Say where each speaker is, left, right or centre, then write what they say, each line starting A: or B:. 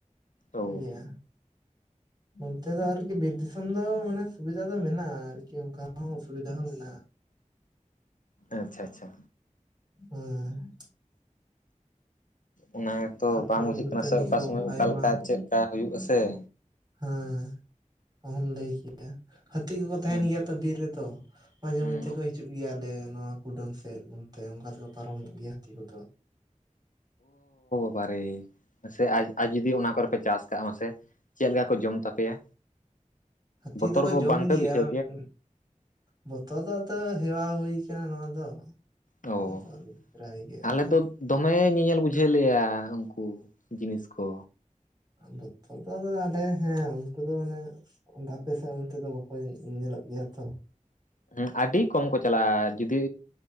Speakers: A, on the right (about 30°); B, on the left (about 75°).
A: ᱴᱤᱠᱜᱮᱭᱟ᱾
B: ᱚ
A: ᱚᱱᱛᱮ ᱫᱚ ᱟᱨᱠᱤ ᱵᱤᱨ ᱫᱤᱥᱚᱢ ᱫᱚ ᱢᱟᱱᱮ ᱥᱩᱵᱤᱫᱟ ᱫᱚ ᱢᱮᱱᱟᱜᱼᱟ ᱟᱨᱠᱤ ᱚᱱᱠᱟ ᱦᱚᱸ ᱚᱥᱵᱤᱫᱟ ᱦᱚᱸ ᱢᱮᱱᱟᱜᱼᱟ᱾
B: ᱟᱪᱪᱷᱟ ᱟᱪᱪᱷᱟ᱾
A: ᱦᱮᱸ
B: ᱚᱱᱟ ᱜᱮᱛᱚ
A: ᱥᱟᱠᱟᱢ
B: ᱵᱟᱝ ᱵᱩᱡᱷᱟᱹᱜ
A: ᱫᱟᱹᱛᱟᱹᱱᱤ
B: ᱠᱟᱱᱟ ᱥᱮ ᱚᱠᱟ
A: ᱠᱚ
B: ᱥᱚᱢᱚᱭ ᱚᱠᱟᱞᱮᱠᱟ
A: ᱟᱭᱢᱟ
B: ᱪᱮᱫᱠᱟ ᱦᱩᱭᱩᱜ ᱟ ᱥᱮᱮᱼᱼ
A: ᱦᱮᱸ ᱚᱢᱦᱚᱢ ᱞᱟᱹᱭ ᱠᱮᱭᱟ ᱦᱟᱹᱛᱤ ᱠᱚᱠᱚ ᱛᱟᱦᱮᱱ
B: ᱦᱩᱸ
A: ᱜᱮᱭᱟ ᱛᱚ ᱵᱤᱨ ᱨᱮᱫᱚᱼᱼ ᱢᱟᱡᱷᱮᱢᱚᱫᱽᱷᱮ
B: ᱦᱩᱸ
A: ᱠᱚ ᱦᱤᱡᱩᱜ ᱜᱮᱭᱟᱞᱮ ᱱᱚᱣᱟ ᱠᱩᱰᱟᱹᱢ ᱥᱮᱫ ᱚᱱᱛᱮ ᱚᱱᱠᱟ ᱛᱮᱠᱚ ᱯᱟᱨᱚᱢᱚᱜ ᱜᱮᱭᱟ ᱦᱟᱹᱛᱤ ᱠᱚᱫᱚᱼᱼ
B: ᱵᱟᱨᱮ ᱢᱟᱥᱮ ᱟᱡ ᱟᱨ ᱡᱩᱫᱤ ᱚᱱᱟ ᱠᱚᱨᱮ ᱯᱮ ᱪᱟᱥ ᱠᱟᱜᱼᱟ ᱢᱟᱥᱮᱼ ᱪᱮᱫ ᱞᱮᱠᱟ ᱠᱚ ᱡᱚᱢ ᱛᱟᱯᱮᱭᱟ᱾
A: ᱦᱟᱹᱛᱤ
B: ᱵᱚᱛᱚᱨ
A: ᱫᱚᱠᱚ
B: ᱠᱚ
A: ᱡᱚᱢ
B: ᱵᱟᱝᱯᱮ
A: ᱜᱮᱭᱟ
B: ᱵᱩᱡᱷᱟᱹᱣ
A: ᱩᱸᱼᱼ ᱵᱚᱛᱚᱨ ᱫᱚ ᱟᱫᱚ ᱦᱮᱣᱟ ᱦᱳᱭ ᱠᱟᱱᱟ ᱱᱚᱣᱟ ᱫᱚ?
B: ᱚ
A: ᱦᱩᱸ <inaudible> ᱯᱮᱨᱟᱭ ᱜᱮ ᱟᱫᱚᱼᱼ
B: ᱟᱞᱮ ᱫᱚ ᱫᱚᱢᱮ ᱧᱮᱧᱮᱞ ᱵᱩᱡᱷᱟᱹᱣ ᱞᱮᱫᱼᱟ ᱩᱱᱠᱩ ᱡᱤᱱᱤᱥ ᱠᱚ
A: ᱱᱚᱛᱚ ᱫᱚ ᱟᱞᱮ ᱦᱮᱸ ᱩᱱᱠᱩ ᱫᱚ ᱢᱟᱱᱮᱼᱼ ᱚᱱᱛᱮ ᱟᱯᱮᱥᱮᱫ ᱚᱱᱛᱮ ᱫᱚ ᱵᱟᱠᱚ ᱧᱮᱞᱚᱜ ᱧᱮᱞᱚᱜ ᱜᱮᱭᱟ ᱛᱷᱚ
B: ᱦᱩᱸ ᱟᱹᱰᱤ ᱠᱚᱢ ᱠᱚ ᱪᱟᱞᱟᱜᱼᱟ ᱡᱩᱫᱤ